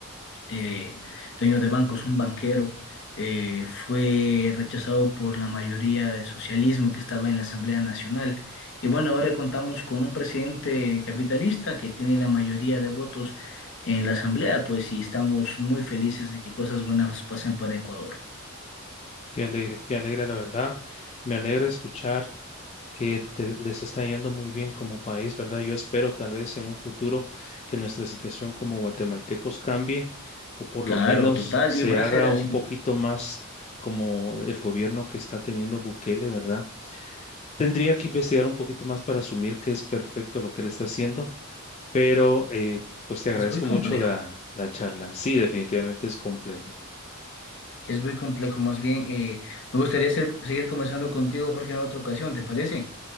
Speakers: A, on the left; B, on the left.
A: eh, dueños de bancos, un banquero, eh, fue rechazado por la mayoría de socialismo que estaba en la Asamblea Nacional. Y bueno, ahora contamos con un presidente capitalista que tiene la mayoría de votos en la Asamblea, pues y estamos muy felices de que cosas buenas pasen para Ecuador.
B: Qué alegre, qué alegre, la verdad. Me alegra escuchar que el te- les está yendo muy bien como país, ¿verdad? Yo espero tal vez en un futuro que nuestra situación como guatemaltecos cambie o por
A: Claro,
B: lo menos
A: total,
B: se
A: y va a
B: haga
A: ser así.
B: un poquito más como el gobierno que está teniendo Bukele, ¿verdad? Tendría que investigar un poquito más para asumir que es perfecto lo que él está haciendo, pero eh, pues te agradezco
A: Es muy complejo,
B: mucho la, la charla. Sí, definitivamente es complejo.
A: es muy complejo. Más bien, eh, me gustaría ser- seguir conversando contigo, Jorge, en otra ocasión, ¿te parece?